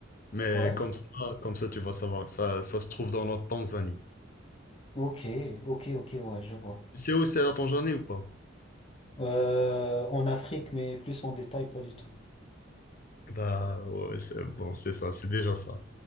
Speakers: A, on the left (about 45°); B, on the left (about 30°).
A: mais
B: Ouais,
A: comme ça, comme ça tu vas savoir, ça, ça se trouve dans la Tanzanie.
B: ok, ok, ok, ouais, je vois.
A: Tu sais où c'est la Tanzanie ou pas?
B: Euh, en Afrique, mais plus en détail, pas du tout.
A: Bah ouais, c'est bon, c'est ça, c'est déjà ça.